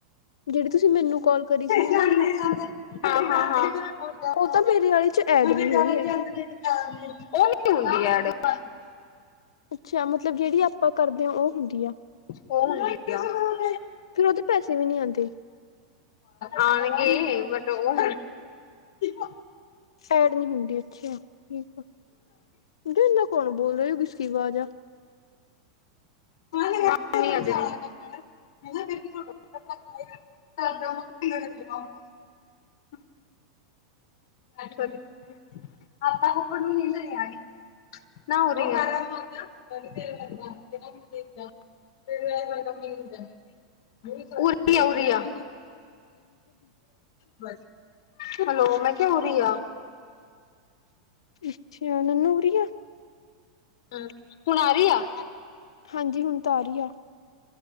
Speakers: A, on the left; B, on the left.
A: ਜਿਹੜੀ ਤੁਸੀਂ ਮੈਨੂੰ ਕਾਲ ਕਰੀ ਸੀ ਹਨਾ
B: ਜਾਂਦੇ ਜਾਂਦੇ ਹਾਂ ਹਾਂ ਹਾਂ ਹੁੰਦੀ
A: ਉਹ ਤਾਂ ਮੇਰੇ ਵਾਲੇ ਚ
B: <unintelligible>
A: ਐਡ ਨਹੀਂ ਹੋਈ ਹੈਗੀ
B: ਹਾਂ <inaudible>
A: ਅੱਛਾ ਮਤਲਬ ਜਿਹੜੀ ਆਪਾਂ ਕਰਦੇ ਹਾਂ ਉਹ ਹੁੰਦੀ ਆ
B: ਉਹ ਹੁੰਦੀ ਆ <unintelligible>
A: ਫਿਰ ਉਹਦੇ ਪੈਸੇ ਵੀ ਨਹੀਂੀ ਆਉਂਦੇ
B: ਆਉਣਗੇ ਬਟ ਉਹ ਹੂੰ।
A: ਐਡ ਨਹੀਂ ਹੁੰਦੀ ਅੱਛੀ ਠੀਕ ਆ ਇਦਾ ਕੌਣ ਬੋਲ ਰਹੇ ਹੋ ਕਿਸ ਕੀ ਆਵਾਜ਼ ਆ <unintelligible>
B: <inaudible> ਸਰਦਾਗਾ <unintelligible> ਅੱਠ ਵਜੇ ਅੱਜ ਤਾਂ ਫੁੱਫੜ ਨੂੰ ਨੀਂਦਾ ਨੀ ਆ ਗਈ ਰਾਰਾ <inaudible> <unintelligible> ਉਰੀਆ ਉਰੀਆ <inaudible> ਬ <inaudible> <unintelligible> ਹੈਲੋ ਮੈਂ ਕਿ ਹੋ ਰਹੀ ਆ
A: ਅੱਛਾ ਨਨੂ ਹੋਰੀ ਆ
B: ਹਮ ਹੁਣ ਆ ਰਹੀ ਆ
A: ਹਾਂਜੀ ਹੁਣ ਤਾਂ ਆ ਰਹੀ ਆ